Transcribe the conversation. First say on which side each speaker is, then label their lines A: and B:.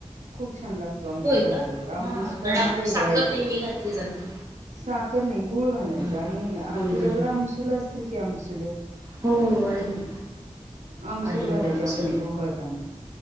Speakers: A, on the right; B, on the right.
A: खूप छान लागत आमटीत
B: होय
A: घातल्यावर
B: का
A: आंबूजपणा
B: हा कारण
A: वेगळा
B: साखर
A: येतो
B: नेहमी घातली जाते
A: साखर नाही गुळ घालायचे
B: हा
A: आणि
B: गुळ
A: तुझ्याकड
B: घालून
A: आमसुल सिल कमसुल
B: हो आहे की
A: आमसूल
B: आहे आहे
A: घालायची
B: आमसुल
A: आमटीत उकळताना